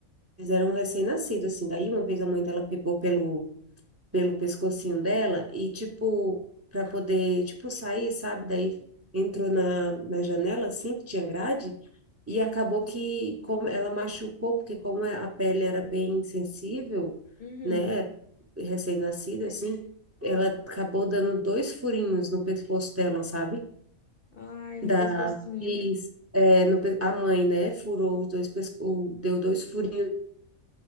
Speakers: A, on the right (about 20°); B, on the left (about 60°).
A: eles eram recém-nascidos, assim. Daí, uma vez a mãe dela pegou pelo pelo pescocinho dela e, tipo, para poder, tipo, sair, sabe? Daí entrou na, na janela, assim, que tinha grade, e acabou que como ela machucou, porque como é, a pele era bem sensível,
B: uhum.
A: né? Recém-nascida, assim, ela acabou dando dois furinhos no pescoço dela, sabe?
B: Ai,
A: Da,
B: no pescocinho.
A: e, é, no pe- a mãe, né? Furou os dois, pesco- deu dois furinhos